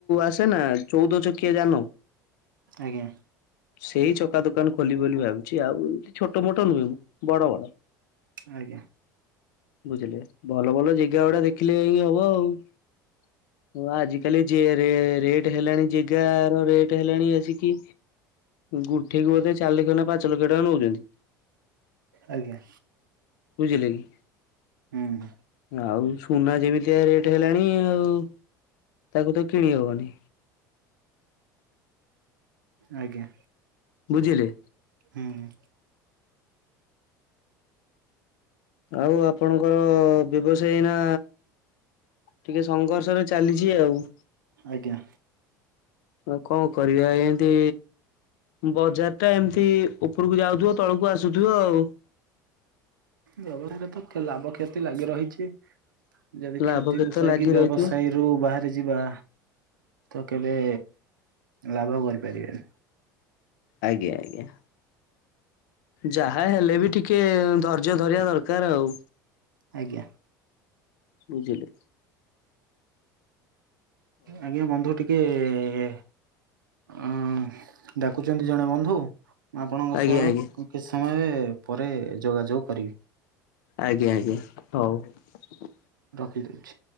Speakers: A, on the left; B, on the right.
A: ଆସେ ନା ଚଉଦ ଚକିଆ ଯାନ।
B: ଆଜ୍ଞା।
A: ସେଇ ଚକା ଦୋକାନ ଖୋଲି ବୋଲି ଭାବୁଛି ଆଉ ଏ ଛୋଟ ମୋଟ ନୁହେଁ ମୁଁ ବଡ ବଡ।
B: ଆଜ୍ଞା।
A: ବୁଝିଲେ ଭଲ ଭଲ ଜାଗା ଗୁଡା ଦେଖିଲେ ଏଇ ହବ ଆଉ ଆଜି ହେଲେ ଜିଏ ରେ ରେଟ ହେଲାଣି ଜେଗା ର ରେଟ ହେଲାଣି ଆସିକି ଗୁଣ୍ଠେକୁ ବୋଧେ ଚାରି ଲକ୍ଷ ନା ପାଞ୍ଚ ଲକ୍ଷ ଟଙ୍କା ନଉଛନ୍ତି
B: ଆଜ୍ଞା।
A: ବୁଝିଲେ କି?
B: ହୁଁ।
A: ଆଉ ସୁନା ଯେମିତିଆ ରେଟ୍ ହେଲାଣି ଆଉ ତାକୁ ତ କିଣି ହବନି।
B: ଆଜ୍ଞା।
A: ବୁଝିଲେ।
B: ହୁଁ।
A: ଆଉ ଆପଣଙ୍କର ବ୍ୟବସାୟୀନା ଟିକେ ସଂଘର୍ଷ ରେ ଚାଲିଛି ଆଉ।
B: ଆଜ୍ଞା।
A: ଆଉ କଣ କରିବା ଏଁତି ବଜାର ଟା ଏମିତି ଉପରକୁ ଯାଉଥିବ। ତଳକୁ ଆସୁଥିବ ଆଉ।
B: ବ୍ୟବହରରେ ତ ଲାଭ କ୍ଷତି ଲାଗି ରହିଛି। ଯଦି
A: ଲାଭ
B: କ୍ଷତିକୁ
A: କ୍ଷତ
B: ସଇକି
A: ଲାଗି
B: ବ୍ୟବସାୟୀରୁ
A: ରହିଥିବ
B: ବାହାରି ଯିବା! ତ କେବେ ଲାଭ କରିପାରିବେନି।
A: ଆଜ୍ଞା ଆଜ୍ଞା। ଯାହା ହେଲେ ବି ଟିକେ ଧୈର୍ଯ୍ୟ ଧରିବା ଦରକାର ଆଉ।
B: ଆଜ୍ଞା।
A: ବୁଝିଲି।
B: ଆଜ୍ଞା, ବନ୍ଧୁ ଟିକେ-ଏ-ଏ ଅଁ ଡାକୁଛନ୍ତି ଜଣେ ବନ୍ଧୁ। ଆପଣଙ୍କ
A: ଆଜ୍ଞା
B: ସହ
A: ଆଜ୍ଞା
B: କିଛି ସମୟ ପରେ ଯୋଗାଯୋଗ କରିବି।
A: ଆଜ୍ଞା ଆଜ୍ଞା ହଉ।
B: ଦଉଛି।